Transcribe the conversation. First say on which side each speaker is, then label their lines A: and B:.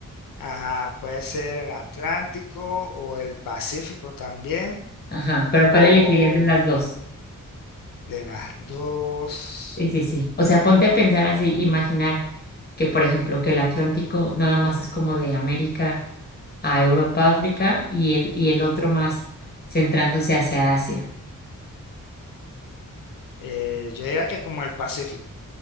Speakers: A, on the left (about 85°); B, on the left (about 30°).
A: ajá, puede ser el Atlántico o el Pacífico también,
B: Ajá, pero
A: o
B: ¿cuál elegirías de las dos?
A: de las dos.
B: Sí, sí, sí. O sea, ponte a pensar así, imaginar que, por ejemplo, que el Atlántico nada más es como de América a Europa, África y el, y el otro más centrándose hacia Asia.
A: eh, yo diría que como el Pacífico.